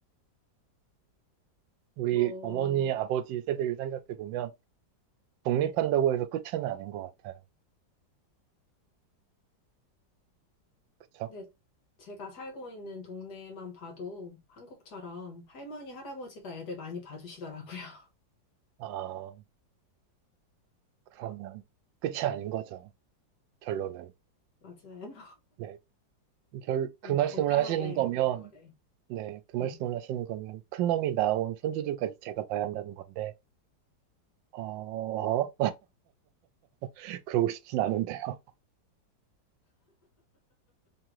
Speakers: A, on the right; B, on the left.
A: 우리
B: 뭐,
A: 어머니, 아버지 세대를 생각해 보면, 독립한다고 해서 끝은 아닌 것 같아요. 그쵸?
B: 네, 제가 살고 있는 동네만 봐도 한국처럼 할머니, 할아버지가 애들 많이 봐주시더라고요. <laughs>
A: 아, 그러면 끝이 아닌 거죠. 결론은.
B: 맞아요.
A: 네. 결, 그
B: 네,
A: 말씀을
B: 건강하게
A: 하시는 거면,
B: 오래오래.
A: 네, 그 말씀을
B: 네,
A: 하시는 거면 큰 놈이 나온 손주들까지 제가 봐야 한다는 건데, 어, <laughs> 그러고 싶진 않은데요.